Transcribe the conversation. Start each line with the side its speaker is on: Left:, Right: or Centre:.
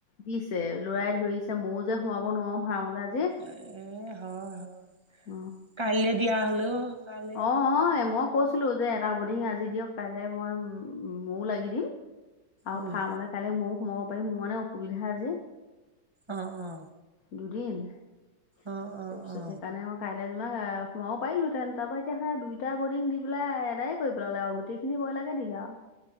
Left: দিছে, লৰাই ধৰিছে ময়ো যে সোমাব নোৱাৰো ফাৰ্মলে আজি।
Right: এ হয় হয়
Left: অ',
Right: কাইলৈ দিয়া হলেও ভাল।
Left: অ অ এ মক কৈছিলো যে এটা বৰ্ডিং আজি দিয়ক কাইলৈ মই ময়ো লাগি দিম আৰু
Right: উম।
Left: ফাৰ্মলে কাইলে ময়ো সোমাব পাৰিম, মোৰ মানে অসুবিধা আজি।
Right: অ অ।
Left: দুদিন তাৰপিছত
Right: অ অ অ অ
Left: সেইকাৰণেক। কাইলৈ যেনিবা আ সোমাব পাৰিলোহেতেন তাৰ পৰা এতিয়া সেয়া দুইটা বৰ্ডিং দি পেলাই এদায় কৰি পেলালে আৰু গোটেই। খিনি ব্ৰইলাকে দিলে আও।